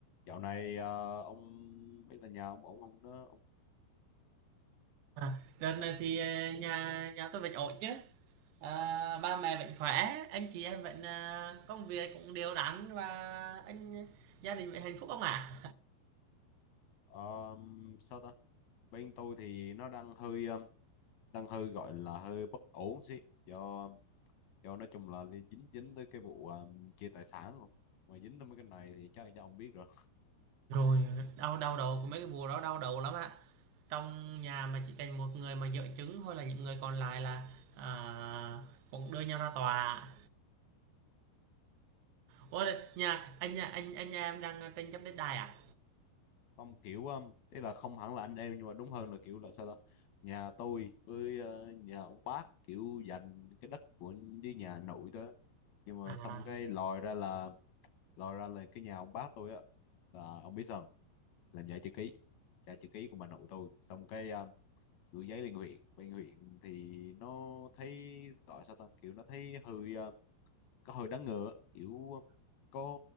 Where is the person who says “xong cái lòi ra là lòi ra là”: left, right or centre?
Left